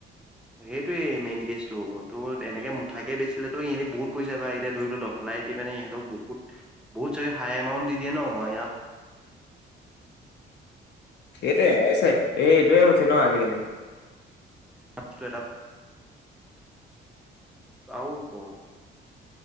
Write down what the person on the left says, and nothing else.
এইটোৱে, হৈছে। এই এইটোৱে হৈছে ন' আজিকালি।